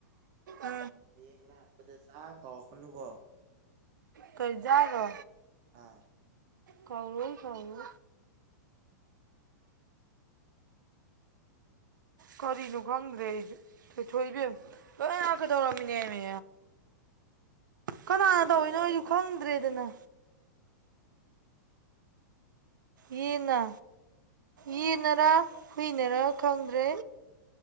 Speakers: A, on the right; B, on the right.
A: ꯑ,
B: ꯌꯦꯡ ꯂꯥꯛꯄꯗ ꯆꯥ ꯀꯧꯔꯛꯀꯅꯨꯀꯣ
A: ꯀꯩ ꯆꯥꯔꯤꯅꯣ
B: ꯑꯥ
A: ꯀꯥꯎꯅꯨ ꯀꯥꯎꯅꯨ ꯀꯔꯤꯅꯣ ꯈꯪꯗ꯭ꯔꯦ ꯑꯩ ꯀꯊꯣꯏꯕꯦꯝ ꯂꯣꯏ ꯀꯗꯧꯔꯝꯃꯤꯅꯦꯝꯃꯦ
B: <inaudible>
A: ꯀꯅꯥꯅ
B: ꯂꯣꯏ
A: ꯇꯧꯏꯤꯅꯣ
B: ꯁꯦꯒꯥꯏꯔꯅꯤ
A: ꯑꯩꯁꯨ ꯈꯪꯗ꯭ꯔꯦꯗꯅ ꯌꯦꯟꯅ ꯌꯦꯟꯅꯔ ꯍꯨꯏꯅꯔ ꯈꯪꯗ꯭ꯔꯦ